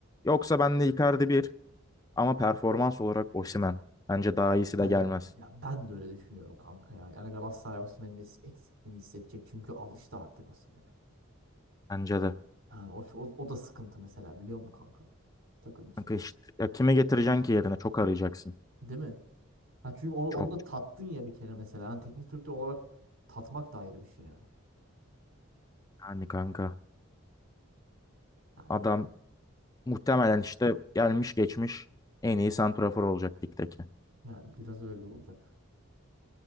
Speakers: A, on the left; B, on the right.
A: Yoksa ben de Icardi bir ama performans olarak Osimhen. Bence daha iyisi de
B: Ben
A: gelmez.
B: ya ben de öyle düşünüyorum kanka ya. Yani Galatasaray Osimhen'in es- eksikliğini hissedecek çünkü alıştı artık Osimhen'e.
A: Bence de.
B: Yani o, o, o da sıkıntı mesela biliyor musun kanka? Bir takım için.
A: Kanka işte, ya kime getireceksin ki yerine? Çok arayacaksın.
B: Değil mi? Ha çünkü onu
A: Çok
B: onu da tattın ya bir kere mesela. Yani teknik direktör olarak tatmak da ayrı bir şey yani.
A: yani kanka.
B: Yani
A: Adam
B: bir,
A: Muhtemelen işte gelmiş geçmiş en iyi santrafor olacak ligdeki.
B: yani biraz öyle olacak.